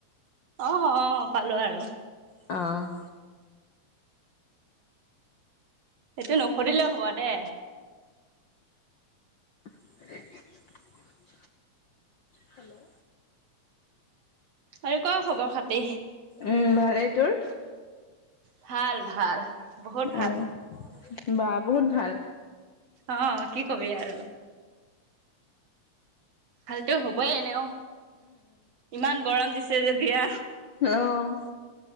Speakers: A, on the right (about 60°); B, on the left (about 60°).
A: অ', অ ', পালো আৰু।
B: অ',
A: সেইটো নখৰিলেও হ'বা দে।
B: উ <inaudible> হেল্ল',
A: আৰু ক খবৰ - খাতি?
B: উম, ভালেই তোৰ?
A: ভাল-ভাল বহুত ভাল।
B: অঁ বা বহুত ভাল।
A: অ, কি কবি আৰু। ভালতো হবই এনেও ইমান গৰম দিছে যেতিয়া।
B: অহ',